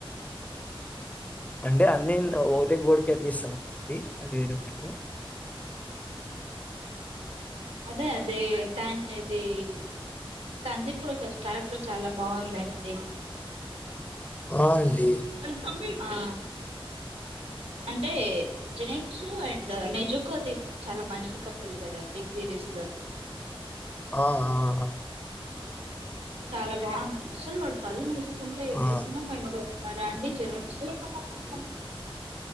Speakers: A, on the left; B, on the right.
A: అంటే అన్నీ ఒకటే గోడికి అతికిస్తాం ఇ అది వినపట్లే
B: అదే అదే ఇది <unintelligible> తందికుడికి క్యారెక్టర్ చాలా బాగుందండి
A: ఆ అండి.
B: అ కంప్లీట్ ఆ అంటే జెనెక్స్ అండ్ నైజుకో అది చాలా మంచి కప్పుల్ కదండి సీరీస్
A: ఆ ఆ
B: చాలా బావుంటుంది అసలు వాడు కళ్ళు మూసు ఉంటయి
A: ఆ!
B: ఎమన్న ఫైన్ బేచ్ అదండి జెనప్స్ అ